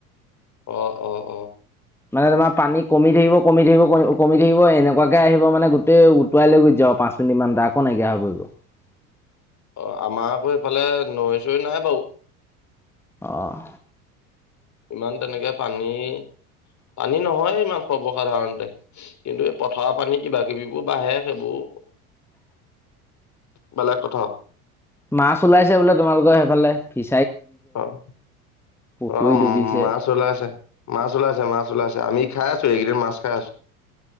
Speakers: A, on the left; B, in the centre.
A: অঁ অঁ অঁ
B: মানে তোমাৰ পানী কমি থাকিব কমি থাকিব কমি থাকিব এনেকুৱাকে আহিব মানে গোটেই উটুৱাই লৈ গৈ যায় <unintelligible> পাঁচ মিনিট মান দা কো নাইকিয়া হৈ <unintelligible>
A: অঁ আমাৰ আকৌ এইফালে নৈ চৈ নাই বাৰু
B: অঁহ
A: ইমান তেনেকে পানী
B: অ <unintelligible>
A: পানী নহয় ইমান সৰ্বসাধাৰণতে কিন্তু এই পথাৰ পানী কিবা কিবোৰ বাঢ়ে সেইবোৰ <unintelligible>
B: <inaudible>
A: বেলেগ কথাঁ।
B: মাছ ওলাইছে বোলে তোমালোকৰ সেইফালে ফি
A: অহঁ
B: পুখুৰী
A: অহঁ উ
B: ডুবিছে
A: মাছ ওলাইছে মাছ ওলাইছে মাছ ওলাইছে আমি় খাই আছো একিদিন মাছ খাই আছোঁ।